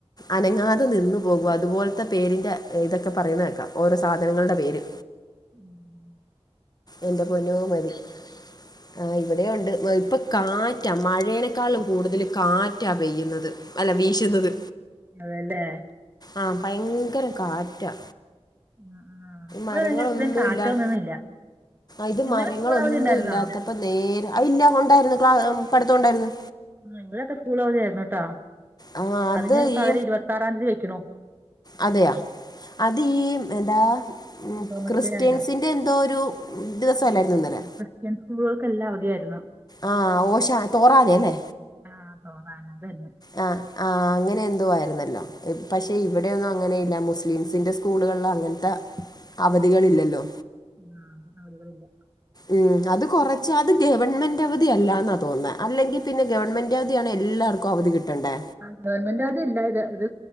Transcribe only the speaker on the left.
അനങ്ങാതെ നിന്നു പോകും അതുപോലത്തെ പേരിന്റെ ഇതൊക്കെ പറയുന്ന കേക്കാം ഓരോ സാധനങ്ങളുടെ പേര്
എന്റെ പൊന്നുമോൻ വരും ആ ഹ് ഇവിടെയൊണ്ട് ഇപ്പൊ കാറ്റ മഴേനെക്കാളും കൂടുതൽ കാറ്റാ പെയ്യുന്നത് അല്ല വീശുന്നത്
ആഹ് ഭയങ്കര കാറ്റാ
മരങ്ങളൊന്നും
ഇല്ലാ- ഇത്
മരങ്ങളൊന്നും
ഇല്ലാത്തപ്പം നേരെ അ ഇല്ല ഒണ്ടായിരുന്നു ക്ല പടിത്തയൊണ്ടായിരുന്നു
ആ അത്
ഈ
അതെയാ അത് ഈ എന്താ-
ക്രിസ്ത്യൻസിൻ്റെ
എന്തോ ഒരു ദിവസംമല്ലായിരുന്നു ഇന്നലെ
ആഹ് ഓശ തോറാനെ <unintelligible> ല്ലേ
ആഹ് ആഹ് അങ്ങനെ എന്തോ ആയിരുന്നല്ലോ പക്ഷെ ഇവിടെ ഒന്നും അങ്ങനെയില്ല മുസ്ലിംസിന്റെ സ് - സ്കൂളുകളിൽ അങ്ങനത്തെ
അവധികൾ ഇല്ലല്ലോ
ഉം അത് കൊറച്ചാ അത് ഗവൺമെന്റ് അവധിയല്ലാന്നാ തോനുന്നെ അല്ലെങ്കിൽ പിന്നെ- ഗവൺമെന്റ് അവധിയാണ് എല്ലാവർക്കും- നിങ്ങക്കോ അവധി കിട്ടണ്ടേ